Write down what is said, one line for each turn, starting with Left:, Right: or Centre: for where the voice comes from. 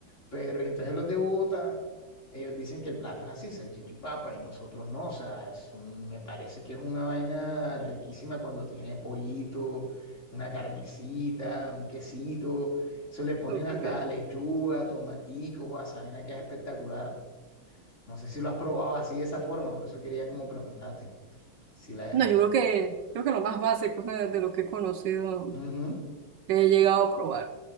Left: Pero y entonces los de Bogotá, ellos dicen que el plato es así, salchicha y papa, y nosotros no, o sea, es un- me parece que es una vaina riquísima cuando tiene pollito, una carnecita, un quesito. Eso le ponen
Right: Ok.
Left: hasta lechuga, tomaticos, o azaina, queda espectacular. No sé si lo has probado así de esa forma, por eso quería como preguntarte. Si la...
Right: No, yo creo que, creo que lo más básico de, de lo que he conocido,
Left: Ujú.
Right: que he llegado a probar.